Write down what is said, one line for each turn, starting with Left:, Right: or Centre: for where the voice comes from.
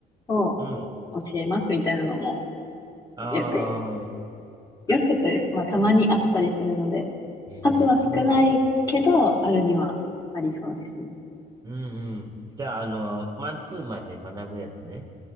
Left: を
Right: うん。
Left: 教えますみたいなのも
Right: ああ。
Left: よく、よくというか、まあ、たまにあったりするので、
Right: ええそうなんだ。
Left: 数は少ないけど、あるにはありそうですね。
Right: うんうん。じゃあ、あの、マンツーマンで学ぶやつね。